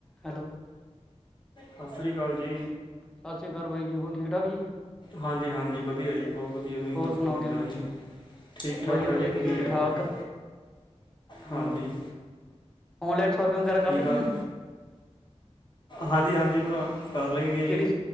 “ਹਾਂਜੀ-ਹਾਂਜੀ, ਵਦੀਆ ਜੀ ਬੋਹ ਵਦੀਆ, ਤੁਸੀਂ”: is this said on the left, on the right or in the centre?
Left